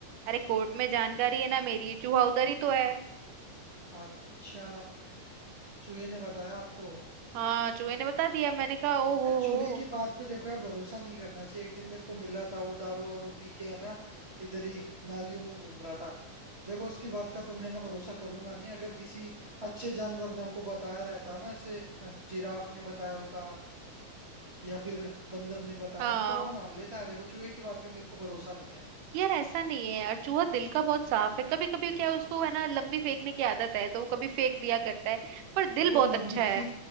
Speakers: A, on the right; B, on the right.
A: अरे कोर्ट में जानकारी है ना मेरी चूहा उधर ही तो है
B: अच्छा चूहे ने बताया आपको
A: हाँ चूहे ने बता दिया मैंने कहा ओ हो
B: यार चूहे
A: हो
B: की बात पे देखो यार भरोसा नहीं करना चाहिए एक दिन मेरे को मिला था वो दारू वारू पी के है ना इधर ही नालियों में घूम रहा था देखो उसकी बात का तो मैं ना भरोसा करूंगा नहीं अगर किसी अच्छे जानवर ने आपको बताया रहता ना ऐसे अ, जिराफ ने बताया होता या फिर बंदर ने बताया
A: हाँ
B: तो, तो मैं मान लेता यार देखो चूहे की बात पे मेरे को भरोसा नहीं है
A: यार ऐसा नहीं है यार चूहा दिल का बहुत साफ है कभी कभी क्या है, उसको है ना लंबी फेंकने की आदत है तो वो कभी फेंक दिया करता है पर दिल
B: वो
A: बहुत
B: लंबी
A: अच्छा है
B: नहीं